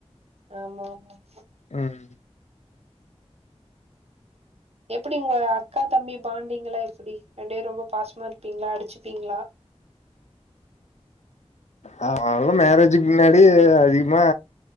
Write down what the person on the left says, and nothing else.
ம்
ஆ அவளு மேரேஜுக்கு முன்னாடி அதிகமா